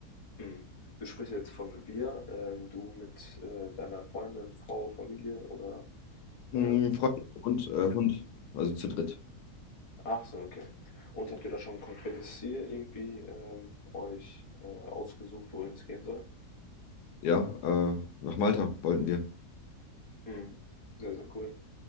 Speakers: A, on the left; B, on the left.
A: Mhm. Du sprichst jetzt von wir, ähm, du mit äh, deiner Freundin, Frau, Familie oder
B: Mm,
A: ähm,
B: Freunde und äh, Hund, also zu dritt.
A: Ach so, okay. Und habt ihr da schon ein konkretes Ziel irgendwie ähm, euch äh, ausgesucht, wohin es gehen soll?
B: Ja, äh, nach Malta wollten wir.
A: Mhm. Sehr, sehr cool.